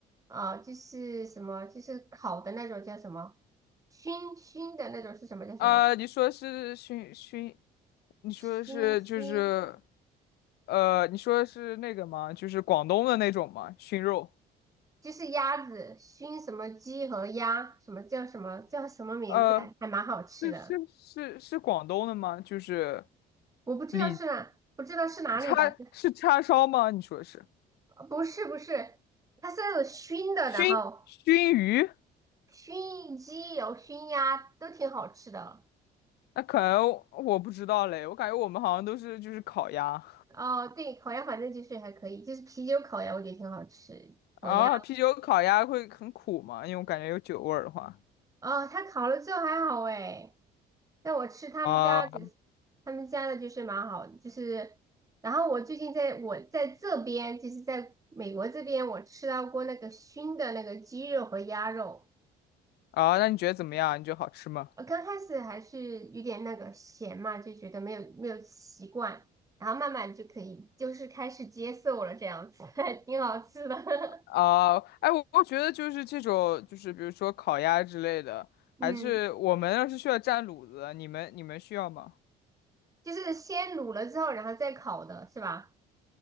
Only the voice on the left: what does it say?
啊、你说是熏熏，你说的是就是，
呃，你说的是那个吗？就是广东的那种吗？熏肉。
呃，是是是是广东的吗？就是
里
叉是叉烧吗？你说的是
熏熏鱼？
那可能我不知道嘞，我感觉我们好像都是就是烤鸭
啊，
啤酒烤鸭会很苦吗？因为我感觉有酒味儿的话
啊
啊，那你觉得怎么样？你觉得好吃吗？
啊，哎，我我觉得就是这种就是比如说烤鸭之类的，
还是我们要是需要蘸卤子，你们你们需要吗？